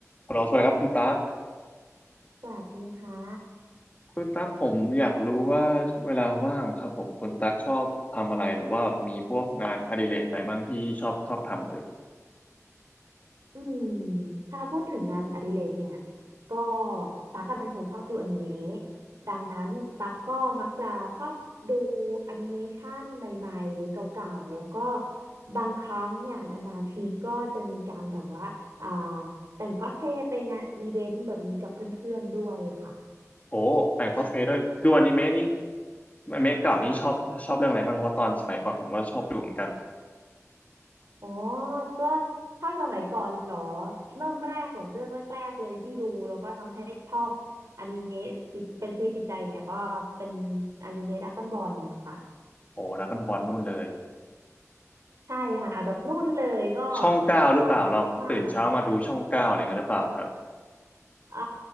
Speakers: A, on the left; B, on the right.
A: ฮัลโหลสวัสดีครับคุณตั๊ก
B: สวัสดีค่ะ
A: คุณตั๊กผมอยากรู้ว่าเวลาว่างครับผมคุณตั๊กชอบทำอะไรหรือว่าแบบมีพวกงานอดิเรกอะไรบ้างที่ชอบชอบทำเอ่ย
B: อืม ถ้าพูดถึงงานอดิเรกเนี่ย ก็ตั๊กอะเป็นคนชอบดูอนิเมะดังนั้นตั๊กก็มักจะชอบดูแอนิเมชันใหม่ๆหรือเก่าๆ แล้วก็บางครั้งเนี่ยนานๆทีก็จะมีการแบบว่าอ่าแต่งคอสเพลย์ไปงานอีเวนต์แบบนี้กับเพื่อนๆด้วยค่ะ
A: โอ้แต่งคอสเพลย์ด้วยดูอนิเมะนี่อนิเมะเก่านี่ชอบชอบเรื่องอะไรบ้างเพราะตอนสมัยก่อนผมก็ชอบดูเหมือนกัน
B: อ๋อ ก็ถ้าสมัยก่อนเหรอ เริ่มแรกแบบเรื่องแรกๆเลยที่ดูแล้วก็ทำให้ชอบอนิเมะติดเป็นชีวิตจิตใจเนี่ยก็เป็นอนิเมะดราก้อนบอลค่ะ
A: โอ้แล้วก็บอลนู่นเลย
B: ใช่ค่ะแบบนู่นเลยก็
A: ช่องเก้าหรือเปล่าเราตื่นเช้ามาดูช่องเก้าอะไรเงี้ยหรือเปล่าครับ
B: ชอบมาก เอ่อ